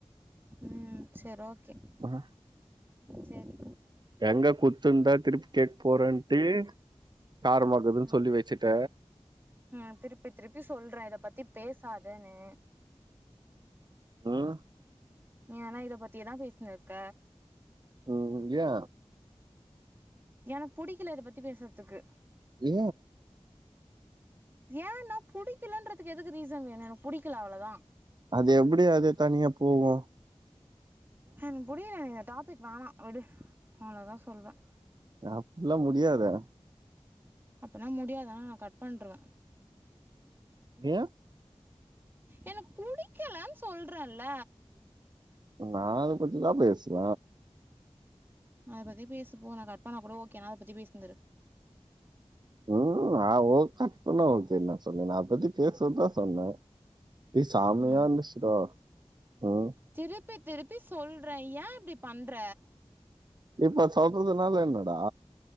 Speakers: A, on the right (about 20°); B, on the right (about 40°).
A: ம் சேர் ஓகே
B: ம்.
A: சேரி
B: எங்க குத்து இருந்தா திருப்பி கேக்க போறேட்டு காரமாக்குதுன்னு
A: ம்
B: சொல்லி வச்சுட்ட
A: ம் திருப்பி திருப்பி சொல்றே இத பத்தி பேசாதன்னு
B: ம்
A: நீ ஆனா இத பத்தியேதா பேசினிருக்க
B: ம் ஏ
A: எனக்கு புடிக்கில இத பத்தி பேசுறதுக்கு
B: ஏ
A: ஏ ஏனா புடிக்கலன்றதுக்கு எதுக்கு ரீசன் வேணு எனக்கு புடிக்கல அவ்ளோதா
B: அது எப்டி அதே தனியா போவு
A: எனக்கு புடிக்கல எனக்கு இந்த டாபிக் வேணா விடு அவ்ளோதா சொல்வே
B: அப்டி எல்லா முடியாதே
A: அப்பனா முடியாதுனா நா கட் பண்ருவ
B: ஏ
A: எனக்கு புடிக்கலனு சொல்றல்ல
B: நா அத பத்தி தா பேசுவ
A: அத பத்தி பேசுபோ நா கட்பண்ணா கூட ஓகேனா அத பத்தி பேசினிருந்துரு
B: ம் ஆ ஓ கட் பண்ணா ஓகேனா சொன்னேனா நா அத பத்தி பேசுவ தா சொன்ன ஏ சாமயா
A: ம்
B: இருந்துச்சுடா ம்.
A: திருப்பி திருப்பி சொல்ற ஏ இப்டி பண்ற
B: இப்ப சொல்றதுனால என்னடா